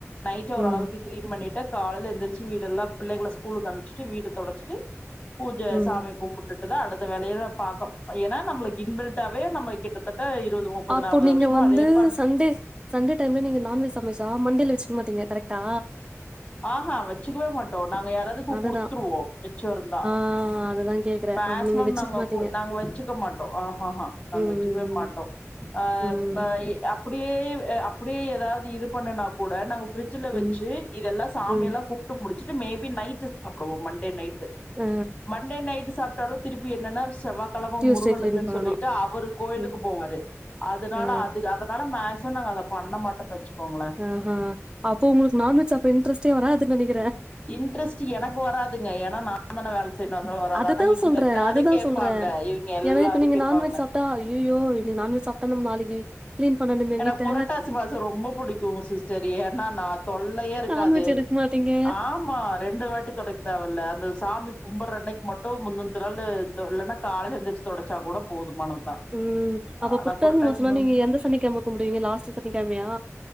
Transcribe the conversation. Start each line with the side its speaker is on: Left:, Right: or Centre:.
Left: நைட்
Right: ம்
Left: ஓரளவுக்கு கிளீன் பண்ணிட்ட காலைல எழுந்திரிச்சு வீடெல்லா பிள்ளைங்கள ஸ்கூலுக்கு அனுச்சிட்டு வீடு தொடச்சிட்டு பூஜ
Right: ம்
Left: சாமி கும்புட் டுட்டுதா தா அடுத்த வேலையதா பாக்கு ம்ச் ஏனா நம்மளுக்கு இன்பில்டவே நம்ம கிட்டத் தட்ட இருபது முப்பது
Right: அப்போ
Left: நாப்பது
Right: நீங்க
Left: வருஷமா அதே பாட்
Right: வந்து சண்டே டைம்ல நீங்க நான்வெஜ் சமைச்சா மண்டேல வச்சுக்க மாட்டீங்க கரெக்டா
Left: ஆ ஹா வச்சுக்கவே மாட்டோ நாங்க யாராதுக்கு
Right: அதுதா
Left: குடுத்துருவோ மிச்சோ இருந்தா
Right: ஆ அதுதா கேக்குறே
Left: மேக்சிமம்
Right: ஆமா நீங்க வச்சுக்க
Left: நாங்க
Right: மாட்டீங்க
Left: கு நாங்க வச்சுக்க மாட்டோ ஆ ஆஹா நாங்க
Right: ம்
Left: வச்சுக்கவே
Right: ம்
Left: மாட்டோ அ
Right: ம்
Left: ப எ அப்படியே எ <unintelligible> அப்படியே ஏதாவது இது பண்ணுனா கூட நாங்க ஃபிரிட் ஜ்ஜுல
Right: ம்
Left: வச்சு இதெல்லா சாமி
Right: ம்
Left: எல்லா கூப்ட்டு முடிச்சிட்டு மேபி நைட்டு சாப்பிடுவோ மண்டே நைட்டு
Right: ஆ
Left: மண்டே நைட்டு சாப்ட்டாலு திருப்பி என்னன்னா செவ்வாக் கழம
Right: டியூஸ்டே
Left: முருகனுக்குன்னு
Right: கிளீன் பண்ணனு
Left: சொல்லிட்டு அவர் கோயிலுக்கு
Right: ம்
Left: போவாரு அதனால
Right: ஆ
Left: அது ஆத் அதனால மேக்ஸிமம் நாங்க அத பண்ண மாட்டேன்னு வச்சுக்கோங்கள
Right: ஆஹ அப்ப உங்களுக்கு நான்வெஜ் சாப்புற இன்டரஸ்டே வராது நெனைக்கிறே
Left: இன்ட்ரெஸ்ட்டூ எனக்கு வராதுங்க ஏன்னா நா நா தான வேல செய்யணு வந்தது வராத
Right: அதுதா
Left: ஆனா இவங்க
Right: சொல்றே
Left: எல்லாரு
Right: அதுதா
Left: கேப்பாங்க
Right: சொல்றே
Left: இவங்க எல்லாரு
Right: ஏன்னா இப்ப நீங்க
Left: கேப்பாங்க
Right: நான்வெஜ் சாப்ட்டா ஐயையோ இன்னைக்கு நான்வெஜ் சாப்ட்டா நம்ம நாளைக்கு கிளீன் பண்ணணுமே
Left: எனக்கு
Right: வீட்ட
Left: புரட்டாசு பாசோ ரொம்ப பிடிக்குங் சிஸ் செரி ஏன்னா நா தொல்லையே இருக்காது
Right: நான்வெஜ் எடுக்க மாட்டீங்க
Left: ஆமா ரெண்டு வாட்டி தொடைக் தேவல்ல அந்த சாமி கும்பரன்னைக் மட்டும் முன்ன திநாள் தொழு இல்லன்னா கால்ல எந்திரிச்சு தொடச்சா கூட போதுமானதுதா
Right: ம் அப்ப
Left: ஆனா
Right: புரட்டாசி மாசம்லா
Left: மா
Right: நீங்க எந்த சனிக்கிழம கும்புடுவிங்க லாஸ்ட் சனிக்கிழமயா